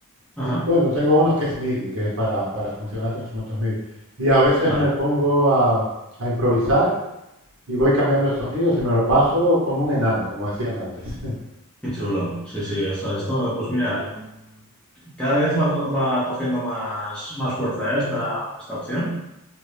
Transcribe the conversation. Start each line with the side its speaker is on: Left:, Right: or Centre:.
Centre: Ajá,
Right: Y, bueno, tengo uno que es MIDI, que es para, para funcionar con instrumentos MIDI. Y a veces
Centre: vale,
Right: me pongo a, a improvisar y voy cambiando de sonidos y me lo paso como un enano, como decían antes. <laughs>
Centre: qué chulo. Sí, sí, ostras, esto, pues mira, mm, cada vez va, co- va cogiendo más, más fuerza, ¿eh? esta, esta opción.